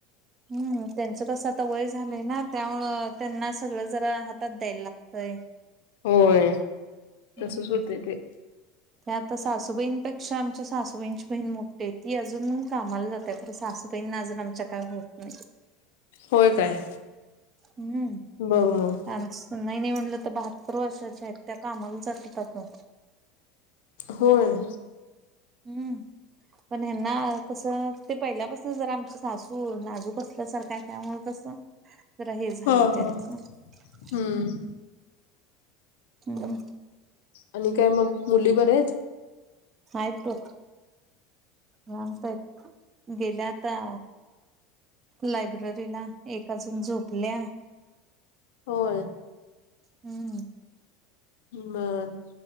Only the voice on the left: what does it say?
होय
तसच होत ते
होय काय
बघ मग
होय
हा हा
हम्म
आणि काय मग मुली बरे आहेत
होय
म